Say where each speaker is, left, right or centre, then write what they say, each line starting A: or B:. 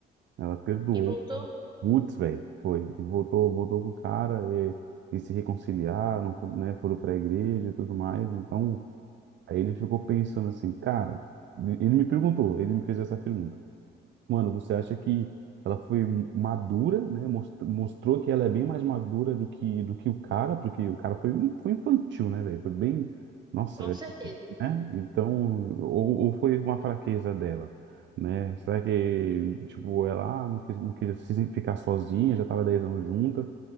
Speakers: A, on the right; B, on the right.
A: Ela perdoou.
B: E voltou?
A: Putz, velho, foi. E voltou, voltou com o cara e, e se reconciliaram, né? Foram pra igreja e tudo mais. Então, aí ele ficou pensando assim, cara, ele me perguntou, ele me fez essa pergunta. Mano, você acha que ela foi madura, né? mos- Mostrou que ela é bem mais madura do que, do que o cara, porque o cara foi, foi infantil, né, velho? Foi bem. Nossa,
B: Com certeza.
A: né? Então, ou, ou foi uma fraqueza dela, né? Será que, tipo, ela ah, não quis, não quis se- ficar sozinha, já estava 10 anos junta,